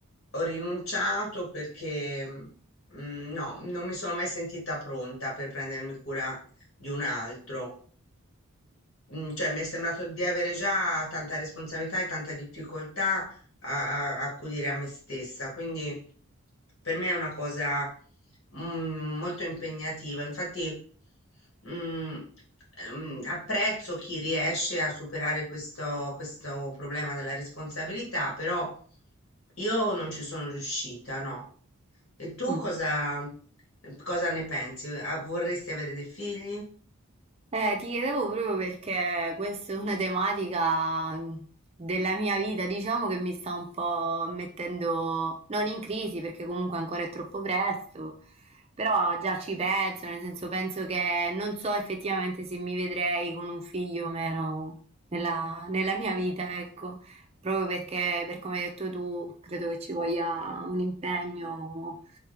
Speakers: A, on the left; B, on the right.
A: ho rinunciato perché mm, no, non mi sono mai sentita pronta per prendermi cura di un altro. Mm, cioè, mi è sembrato di avere già tanta responsabilità e tanta difficoltà a, a- a accudire a me stessa, quindi per me è una cosa mm, molto impegnativa. Infatti, mm, ehm, apprezzo chi riesce a superare questo, questo problema della responsabilità, però io non ci sono riuscita, no. E tu
B: Mm.
A: cosa, cosa ne pensi? Ah, Vorresti avere dei figli?
B: Eh, ti chiedevo proprio perché questa è una tematica della mia vita, diciamo che mi sta un po' mettendo non in crisi perché comunque ancora è troppo presto, però già ci penso, nel senso penso che non so effettivamente se mi vedrei con un figlio o meno nella, nella mia vita, ecco. Proprio perché, per come hai detto tu, credo che ci voglia un impegno